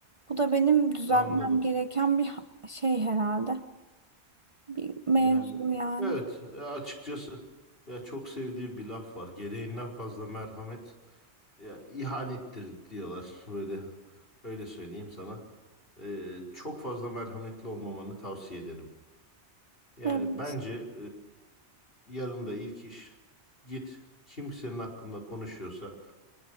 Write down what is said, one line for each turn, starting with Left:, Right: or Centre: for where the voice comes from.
Right: Bu da benim düzeltmem
Left: Anladım.
Right: gereken bir ha- şey herhalde. Bir mevzu
Left: Yani
Right: yani.
Left: evet e, açıkçası ya çok sevdiğim bir laf var. Gereğinden fazla merhamet ya ihanettir diyorlar böyle öyle söyleyeyim sana. Ee, çok fazla merhametli olmamanı tavsiye ederim. Yani
Right: Evet.
Left: bence e, yarın da ilk iş git kim senin hakkında konuşuyorsa